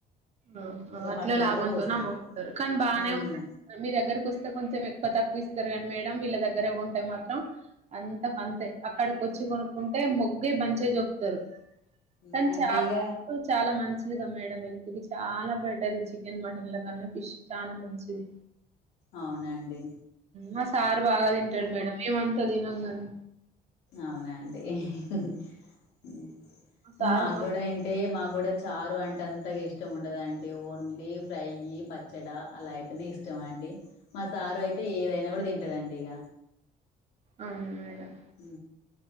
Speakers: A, on the right; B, on the left.
A: ఆ
B: ఒక
A: అట్లా
B: పట్టులాగా
A: లాభంతోనే
B: పోస్తారు
A: అమ్ముకుంటారు. కానీ బాగానే
B: ఉమ్
A: ఉంటా మీ దగ్గరకు వస్తే కొంచెం ఎక్కువ తక్కువ ఇస్తారు కానీ మేడం వీళ్ళ దగ్గరే కొంటే మాత్రం అంత అంతే అక్కడికి వచ్చి కొనుక్కుంటే మొగ్గే మంచగా చెప్పుతారు.
B: ఉమ్
A: కానీ
B: అంటే
A: చాప
B: ఇగ
A: చాలా మంచిదిగా మేడం ఇది చాలా బెటర్ ఈ చికెన్ మటన్ ల కన్నా ఫిష్ చాలా మంచిది.
B: అవునండి
A: మా సార్ బాగా తింటాడు మేడం. మేమంత తినంగాని
B: అవునా అండి హ్ హి హ్ హ్
A: మా సారుకు
B: మాకు
A: మస్త్
B: కూడా ఏంటి అంటే మాకు కూడా చారు అంటే అంతగా ఇష్టం ఉండదండి. ఓన్లీ ఫ్రై, పచ్చడి పచ్చడా అలా అయితేనే ఇష్టం అండి. మా సారు అయితే ఏదైనా కూడా తింటాడండి ఇక
A: అవును మేడం
B: ఆ